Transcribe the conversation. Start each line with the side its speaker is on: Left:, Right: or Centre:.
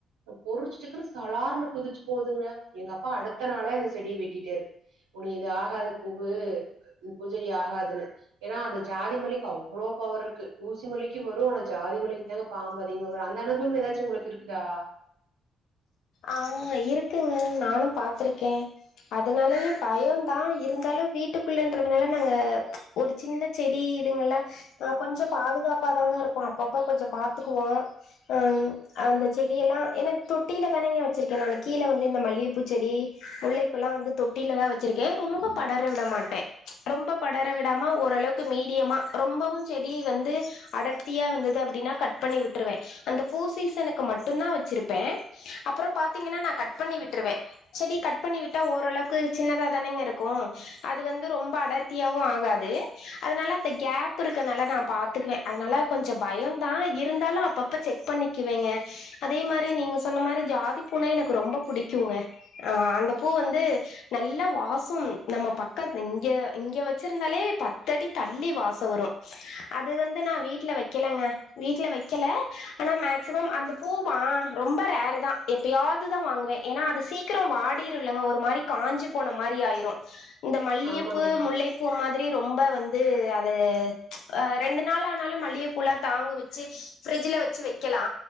Right: பொறிச்சுட்டுருக்க சலார்ன்னு குதிச்சு போதுங்க எங்க அப்பா அடுத்த நாளே அந்த செடிய வெட்டிட்டாரு ஒனு இது ஆகாத பூவூ இந்த பூ செடி ஆகாதுன்னு ஏன்னா அந்த ஜாதி மல்லிக்கு அவ்ளோ பவர்ருக்கு ஊசி மல்லி க்கு வரு ஜாதிமல்லிக்கு தாங்க பாம்பு அதிகமாக வரு அந்த அனுபவௌ ஏதாச்சு உங்ளுக்கு இருக்குதா
Left: ஆ இருக்குங்க நானு பாத்ருக்கே அதனாலயே பயோதா இருந்தாலு வீட்டுக்குள்ளன்றதுனால நாங்க ஒரு சின்ன செடி இதுங்கல்லா ஆ கொஞ்ச பாதுகாப்பா தாங்க இருப்போ அப்பப்ப கொஞ்ச பாத்துக்குவோ அ அந்த செடியெல்லா என்னங் தொட்டியில தானேங்க வச்சுருக்கே நானு கீழ வந்து இந்த மல்லியப் பூச்செடி முல்லைப் பூ எல்லா வந்து தொட்டியில தா வச் வச்சுருக்கே ரொம்ப படர விட மாட்டே ரொம்ப படர விடாம ஓரளவுக்கு மீடியமா ரொம்பவு செடி வந்து அடர்த்தியா வந்தது அப்டின்னா கட் பண்ணி விட்டுருவே அந்த பூ சீசனுக்கு மட்டுந்தா வச்சுருப்பே அப்பறோ பாத்தீங்கன்னா நா கட் பண்ணி விட்ருவே செடி கட் பண்ணி விட்டா ஓரளவுக்கு சின்னதா தானேங்க இருக்கு அது வந்து ரொம்ப அடர்த்தியாவு ஆகாது அதுனால அந்த கேப் இருக்கனால நா பாத்துக்குவே அதுனால கொஞ்ச பயோந்தா இருந்தாலு அப்பப்ப செக் பண்ணிக்குவேங்க அதே மாரி நீங்க சொ சொன்ன மாரி ஜாதி பூனா எனக்கு ரொம்ப புடிக்குங்க ஆ அந்த பூ வந்து நல்லா வாசம் நம்ம பக்கத்து இங்க இங்க வச்சுருந்தாலே பத்தடி தள்ளி வாசோ வரு அது வந்து நா வீட்ல வக்கெலங்க வீட்ல வெக்கல ஆனா மேக்சிமம் அந்த பூவா ரொம்ப அதா எப்பயாவதுதா வாங்குவே தா ஏன்னா அது சீக்கிரோ வாடிருல்லங்க ஒரு மாரி காஞ்சு போன மாரி ஆயிரும் இந்த மல்லியப்
Right: ஆமாங்க
Left: பூ முல்லை பூ மாதிரி ரொம்ப வந்து அது அ ரெண்டு நாள் ஆனாலும் மல்லியப் பூல்லா தாங்க வச்சு ப்ரிட்ஜ்ல வச்சு வெக்கெலா